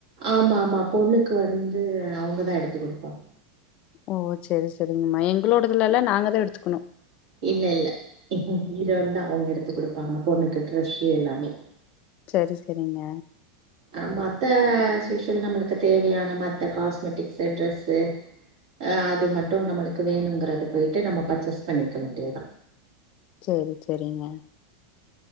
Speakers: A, on the right; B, on the left.
A: ஆமா மா பொண்ணுக்கு வந்து அவங்கதா எடுத்து குடுப்பாங்க
B: ஓ சரி சரிங்கம்மா எங்களோடதுல எல்லாம் நாங்கதான் எடுத்துக்கணும்
A: இல்ல இல்ல எங்க வீடு வந்து அவங்க எடுத்து குடுப்பாங்க பொண்ணுக்கு ட்ரெஸ்சு எல்லாமே
B: சரி சரிங்க
A: அஹ் மத்த அஸ்யூசுவல் நம்மளுக்கு தேவையான மத்த காஸ்மெட்டிக்ஸ் ட்ரெஸ்சு அஹ் அது மட்டும் நம்மளுக்கு வேணுங்கறத போயிட்டு நம்ம பர்ச்சேஸ் பண்ணிக்க வேண்டியதுதான்
B: சரி சரிங்கா